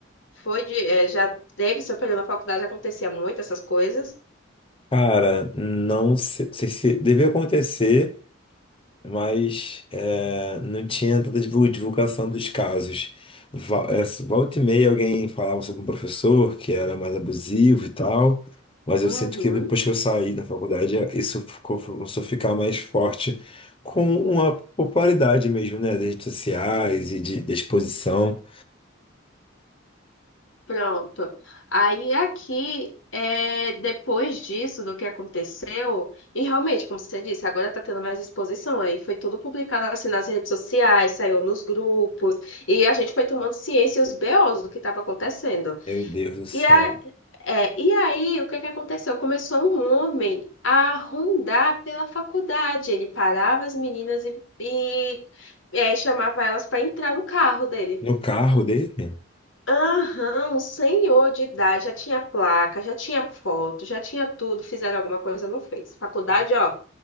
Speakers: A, on the left; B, on the left.
A: foi de, eh, já teve seu período na faculdade, acontecia muito essas coisas.
B: Cara, não sei, se se- Deve acontecer. mas é, não tinha tanta divul- divulgação dos casos. Va- é, Volta e meia alguém falava sobre um professor que era mais abusivo e tal, mas
A: Uhum.
B: eu sinto que depois que eu saí da faculdade, isso ficou- começou a ficar mais forte com uma popularidade mesmo, né, das redes sociais e de, da exposição.
A: Pronto. Aí aqui, é, depois disso, do que aconteceu, e realmente, como você disse, agora está tendo mais exposição. Aí foi tudo publicado assim nas redes sociais, saiu nos grupos, e a gente foi tomando ciência e os BOs do que estava acontecendo.
B: Meu Deus do céu.
A: E, a, é, e aí, o que que aconteceu? Começou um homem a rondar pela faculdade. Ele parava as meninas e, e, é, chamava elas para entrar no carro dele.
B: No carro dele,
A: Aham, um senhor de idade, já tinha placa, já tinha foto, já tinha tudo, fizeram alguma coisa, não fez. Faculdade, ó,